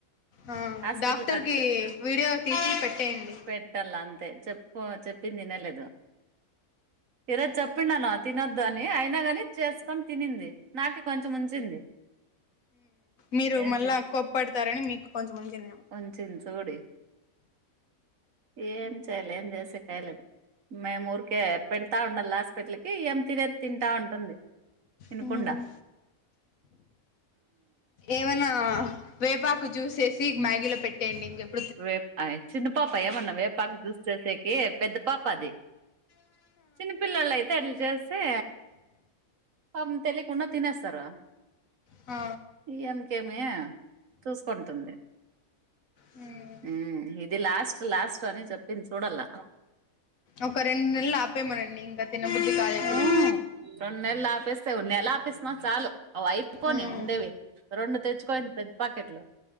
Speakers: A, on the left (about 75°); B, on the right (about 70°).
A: ఆ
B: హాస్పిటల్
A: డాక్టర్
B: ఖర్చు
A: కి వీడియో తీసి పెట్టేయండి.
B: పెట్టాల అంతే చెప్పు చెప్పంది ఇనలేదు ఇరోజ్ చెప్పిండాను తినోద్. అని అయినా కాని చేసుకొని తినింది నాకి కొంచెం ఉంచింది.
A: మీరు
B: ఏం
A: మళ్ళా కొప్పడతారని మీకు కొంచెముంచిందేమో.
B: కొంచి చూడి ఏం చేయాలం చేస్తే కయలే వేమూర్. కె పెడతా ఉండాలి హాస్పిటల్ కి ఏం తినే తింటా ఉంటుంది. ఇనకుండా.
A: హ్మ్ ఏమైనా వేపాకు చూసేసి మ్యాగీలో పెట్టేడి ఇంకెప్.
B: వే చిన్న పాప ఏమన్నా వేపాకు జూస్ చేసేకి పెద్ద పాప అది. చిన్న పిల్లోల్లు అయితే అట్లా చేస్తే. పాపం తెలియకుండా తినేస్తారు.
A: ఆ.
B: ఈఎంకేమి చూసుకుంటుంది.
A: హ్మ్
B: ఉ ఇది లాస్ట్ లాస్ట్ అని చెప్పింది చూడల్లా.
A: ఒక రెండు నెలలు ఆపేమనండి ఇంకా తినబద్డి కాయ ఎప్పుడు.
B: ఉమ్ రెండు నెలలు ఆపిస్తే నెల ఆపిస్తు చాలు అ అయిపోని
A: హ్మ్
B: ఉండేవి. రెండు తెచ్చుకోయింది పెద్ద ప్యాకెట్లు.